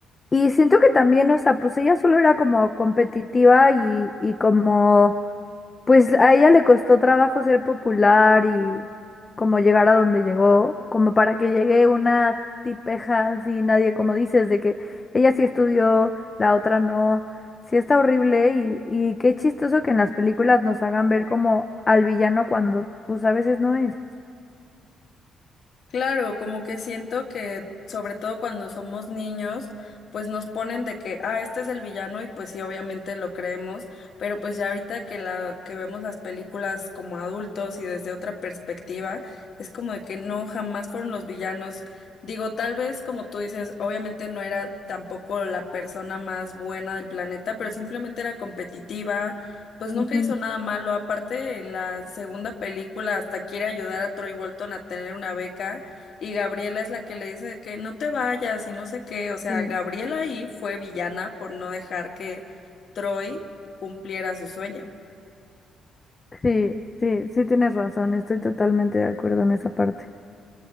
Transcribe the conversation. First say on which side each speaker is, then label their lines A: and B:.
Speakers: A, on the left; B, on the left.
A: Y siento que también, o sea, pues ella solo era como competitiva y, y como Pues a ella le costó trabajo ser popular y como llegar a donde llegó, como para que llegue una tipeja así, nadie, como dices, de que ella sí estudió, la otra no. Sí está horrible y, y qué chistoso que en las películas nos hagan ver como al villano cuando pues a veces no es.
B: Claro, como que siento que sobre todo cuando somos niños, pues nos ponen de que, ah, este es el villano y pues sí, obviamente lo creemos, pero pues ya ahorita que la que vemos las películas como adultos y desde otra perspectiva, es como de que no, jamás fueron los villanos. Digo, tal vez como tú dices, obviamente no era tampoco la persona más buena del planeta, pero simplemente era competitiva. Pues nunca
A: Ujú,
B: hizo nada malo. Aparte, en la segunda película hasta quiere ayudar a Troy Bolton a tener una beca. Y Gabriela es la que le dice de que no te vayas y no sé qué. O sea,
A: sí.
B: Gabriela ahí fue villana por no dejar que Troy cumpliera su sueño.
A: Sí, sí, sí tienes razón, estoy totalmente de acuerdo en esa parte.